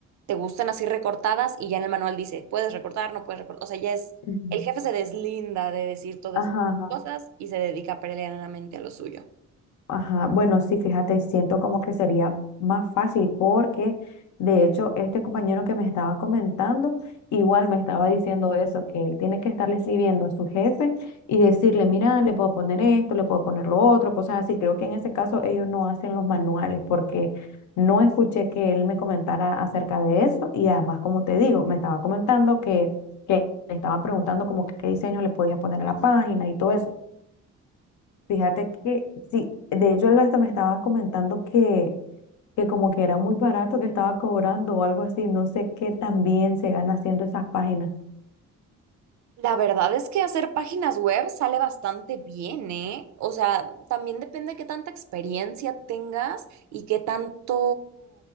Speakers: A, on the right; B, on the left.
A: te gustan así recortadas y ya en el manual dice, puedes recortar, no puedes recortar. O sea, ya es,
B: Ujú.
A: el jefe se deslinda de decir todas
B: ajá,
A: esas
B: ajá.
A: cosas y se dedica plenamente a lo suyo.
B: Ajá, bueno, sí, fíjate, siento como que sería más fácil porque de hecho este compañero que me estaba comentando igual me estaba diciendo eso, que él tiene que estarle escribiendo a su jefe y decirle, mira, le puedo poner esto, le puedo poner lo otro, cosas así. Creo que en ese caso ellos no hacen los manuales porque no escuché que él me comentara acerca de eso y además, como te digo, me estaba comentando que, que le estaba preguntando como que qué diseño le podía poner a la página y todo eso. Fíjate que sí, de hecho él hasta me estaba comentando que, que como que era muy barato que estaba cobrando o algo así, no sé qué también se gana haciendo esas páginas.
A: La verdad es que hacer páginas web sale bastante bien, ¿eh? O sea, también depende de qué tanta experiencia tengas y qué tanto,